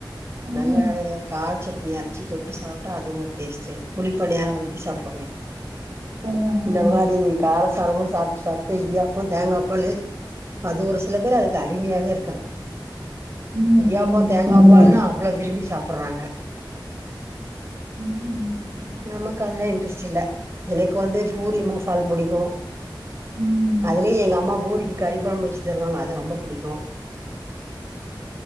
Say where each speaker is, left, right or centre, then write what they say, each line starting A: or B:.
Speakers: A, on the right (about 60°); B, on the right (about 35°).
A: ம்
B: நல்ல கார் சட்னி அரச்சி தொட் டு சாப்டா அது ஒரு டேஸ்டு குழி பணியார ஊத்தி சாப்டுவே
A: ம்
B: இந்த
A: ம்
B: மாறி கார சாரமா சாப்டு சாப் டு இடியாப்ப தேங்காப்பாலு அது ஒரு சில பேர் அதுக்கு அடிமையாவே இருக்கா
A: ம்
B: இடியாப்ப
A: ம்
B: தேங்காபால்னா
A: ஆமா
B: அவ்ள விரும்பி சாப்பறாங்க
A: ம்
B: நமக்கு அதெலா இன்ட்ரெஸ்ட் இல்ல எனக்கு வந்து பூரி மசால் புடிக்கு
A: ம்
B: அதுலயே எங்க அம்மா பூரிக்கு கறி கொழம்பு வச்சு தருவாங்க அது ரொம்ப புடிக்கு